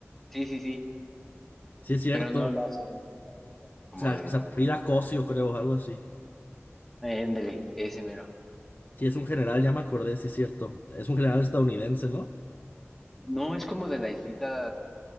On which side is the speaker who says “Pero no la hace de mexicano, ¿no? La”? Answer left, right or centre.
Centre